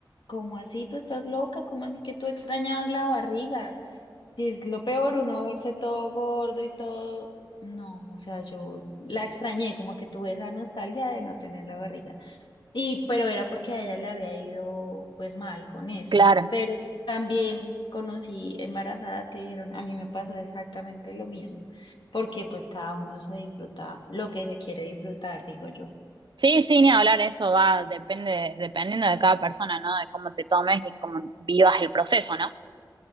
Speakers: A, on the left; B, on the right.
A: ¿cómo así tú estás loca? ¿Cómo así que tú extrañabas la barriga? Y es lo peor, uno verse todo gordo y todo. No, o sea, yo la extrañé, como que tuve esa nostalgia de no tener la barriga. Y, pero era porque a ella le había ido pues mal con eso.
B: claro.
A: Pero también conocí embarazadas que dijeron, a mí me pasó exactamente lo mismo, porque pues cada uno se disfruta lo que se quiere disfrutar, digo yo.
B: Sí, sí, ni hablar, eso va, depende, dependiendo de cada persona, ¿no? De cómo te tomes y cómo vivas el proceso, ¿no?